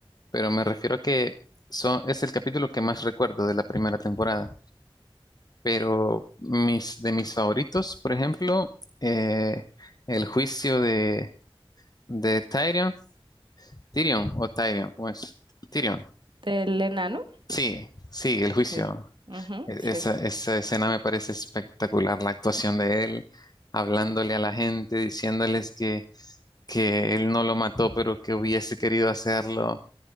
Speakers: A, on the left; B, on the right.
A: Pero me refiero a que son, es el capítulo que más recuerdo de la primera temporada. Pero mis, de mis favoritos, por ejemplo, eh, el juicio de, de Tyrion, Tyrion o Tyrion, pues Tyrion.
B: del enano.
A: Sí, sí, el juicio.
B: Sí. Ujú,
A: E-
B: sí.
A: Esa, esa escena me parece espectacular, la actuación de él hablándole a la gente, diciéndoles que, que él no lo mató, pero que hubiese querido hacerlo,